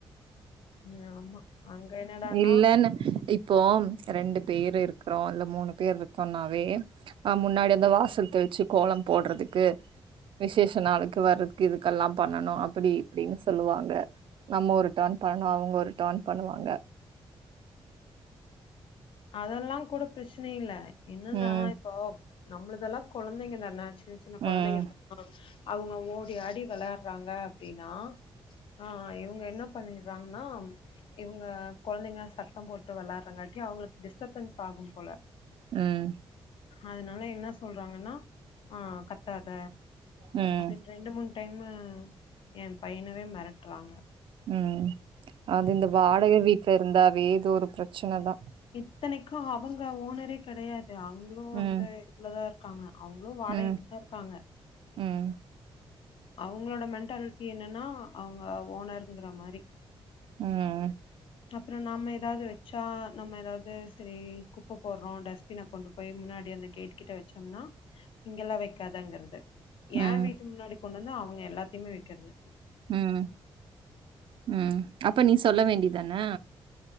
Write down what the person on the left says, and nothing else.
ம் ஆமா அங்க என்னடான்னா
அதெல்லா கூட ப்ரச்னையில்ல இன்னூ
நா எப்போப் நம்மளதெல்லா கொழந்தைங்க தான ச் சின்ன சின்ன
கொழந்தைங்கல்லா அவுங்க ஓடி ஆடி வெளயாட்றாங்க அப்டினா ஆ இவங்க என்ன பண்ணிடுறாங்னா இவுங்க கொழந்தைங்க சத்தம் போட் டு வெளாட்றாங்கட்டி அவுங்ளுக் டிஸ்டபன்ஸ் ஆகும் போல
அத்னால என்ன சொல்றாங்கன்னா ஆ கத்தாத
அப்டினு ரெண்டு மூண் டைமு எ பையனவே மெரட்றாங்க
இத்தனைக்கு அவங்க ஓனரே கெடையா து அவங்களு வந்து
இதுலதா இரு காங்க அவுங்க்ளோ வாடகைக்குதா
இருக்காங்க
அவுங்களோட மென்டாலிட்டி என்னன்னா அவுங்க ஓனர்ருங்குற மாரி
அப்புற நம்ம ஏதாவது வெச்சா நம்ம ஏதாவது சரி குப்ப போட்றோ டஸ்பின கொண்டு போய் முன்னாடி அந்த கேட் கிட்ட வெச்சோம்னா இங்கெல்லா வெக்காதங்குறது
யே வீட்டு முன்னாடி கொண்டு வந்து அவங் எல்லாத்தையுமே வெக்கிறது